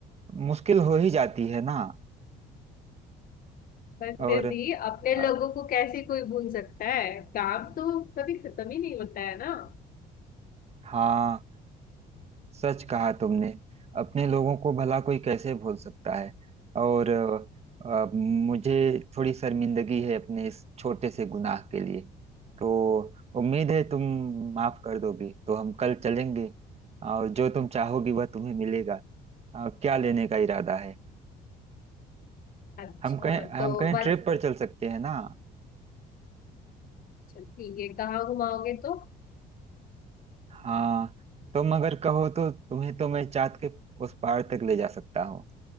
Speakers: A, on the right (about 40°); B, on the left (about 55°).
A: मुश्किल हो ही जाती है ना
B: पर
A: और
B: फिर
A: अ,
B: भी अपने लोगों को कैसे कोई भूल सकता है काम तो कभी खत्म ही नहीं होता है ना
A: हाँ सच कहा तुमने अपने लोगों को भला कोई कैसे भूल सकता है और अ, अ, मुझे थोड़ी शर्मिंदगी है अपने इस छोटे से गुनाह के लिए तो उम्मीद है तुम माफ कर दोगी तो हम कल चलेंगे और जो तुम चाहोगी वह तुम्हें मिलेगा अ, क्या लेने का इरादा है
B: अच्छा
A: हम कहीं
B: तो
A: हम कहीं
B: बस
A: ट्रिप पर चल सकते हैं ना
B: ठीक है कहाँ घुमाओगे तो
A: हाँ तुम अगर कहो तो तुम्हें तो मैं चाँद के उस पार तक ले जा सकता हूँ